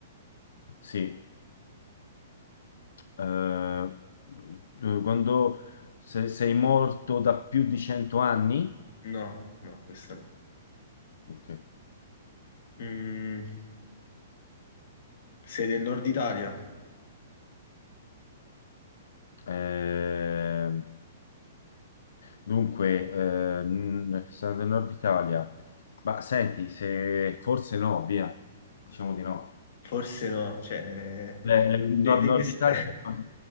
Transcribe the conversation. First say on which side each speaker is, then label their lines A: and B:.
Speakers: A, on the left; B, on the left.
A: Sì. Eh, tu- quando se- sei morto da più di 100 anni?
B: No, no, questo no.
A: Ok.
B: Mm, sei del nord Italia?
A: Eh, Dunque, eh, mh, sono del Nord Italia, ma senti, se forse no, via, diciamo di no.
B: Forse no, cioè...
A: Eh, il
B: de-
A: Nord,
B: devi
A: Nord
B: essere-
A: Italia, che cosa